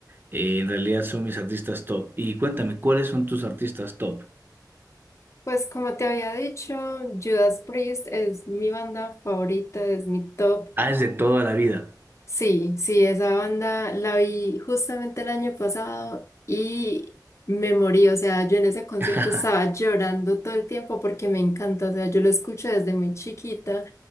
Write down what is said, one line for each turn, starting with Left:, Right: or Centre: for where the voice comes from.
Right: eh, en realidad son mis artistas top. Y cuéntame, ¿cuáles son tus artistas top?
Left: Pues como te había dicho, Judas Priest es mi banda favorita, es mi top.
Right: Ah, es de toda la vida.
Left: Sí, sí, esa banda la vi justamente el año pasado y me morí, o sea, yo en ese concierto
Right: <laughs>
Left: estaba llorando todo el tiempo porque me encanta, o sea, yo lo escucho desde muy chiquita